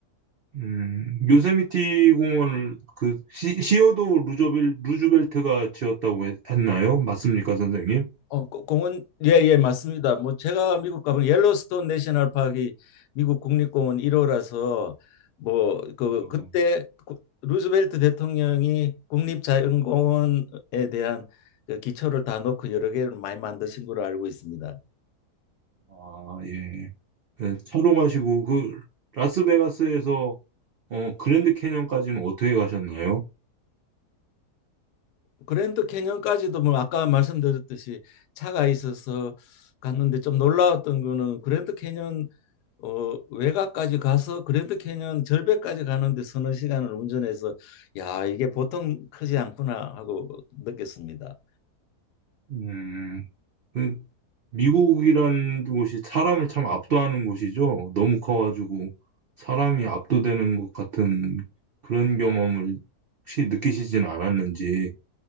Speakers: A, on the right; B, on the left.
A: 음, 요세미티 공원을 그 시, 시어도 루저벨, 루즈벨트가 지었다고 했, 나요 맞습니까, 선생님?
B: 어, 고- 공원 예, 예, 맞습니다. 뭐 제가 미국 가면 옐로스톤 내셔널 파크이 미국 국립공원 1호라서 뭐 그
A: 어,
B: 그때 구- 루즈벨트 대통령이 국립자연공원에 대한 그 기초를 다 놓고 여러 개를 많이 만드신 걸로 알고 있습니다.
A: 아, 예. 네, 차로 가시고 그 라스베가스에서 어, 그랜드 캐년까지는 어떻게 가셨나요?
B: 그랜드 캐년까지도 뭐 아까 말씀드렸듯이 차가 있어서 갔는데 좀 놀라웠던 거는 그랜드 캐년 어 외곽까지 가서 그랜드 캐년 절벽까지 가는데 서너 시간을 운전해서 야 이게 보통 크지 않구나 하고 느꼈습니다.
A: 음, 그 미국이란 곳이 사람을 참 압도하는 곳이죠. 너무 커가지고 사람이 압도되는 것 같은 그런 경험을 혹시 느끼시진 않았는지.